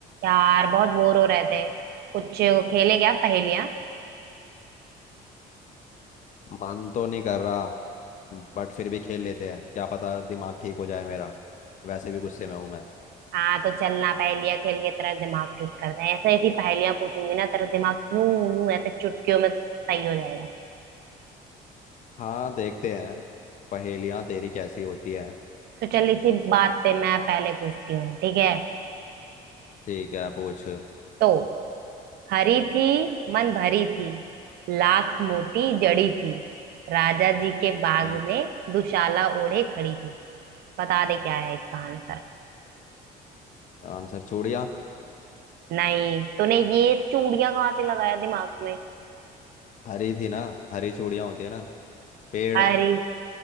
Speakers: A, on the right; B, on the left.
A: यार बहुत बोर हो रहे थे कुछ खेले क्या पहेलियां
B: मन तो नहीं कर रहा बट फिर भी खेल लेते हैं क्या पता दिमाग ठीक हो जाए मेरा वैसे भी गुस्से में हूं मैं
A: हाँ तो चलना पहेलियां खेल के तेरा दिमाग ठीक कर रहे हैं ऐसा ऐसी पहेलियां पूछूंगी ना तेरा दिमाग यूं यूं ऐसे चुटकियों में सही हो जाएगा
B: हाँ देखते हैं पहेलियां तेरी कैसी होती हैं
A: तो चल इसी बात पे मैं पहले पूछती हूँ ठीक है
B: ठीक है पूछ
A: तो हरी थी मन भरी थी लाख मोती जड़ी थी राजा जी के बाग
B: हम्म
A: में दुशाला ओढ़े खड़ी थी बता दे क्या है इसका आंसर
B: आंसर चूड़ियां
A: नहीं तूने ये चूड़ियां कहाँ से लगाया दिमाग में
B: हरी थी ना हरी चूड़ियां होती है ना पेड़
A: अरे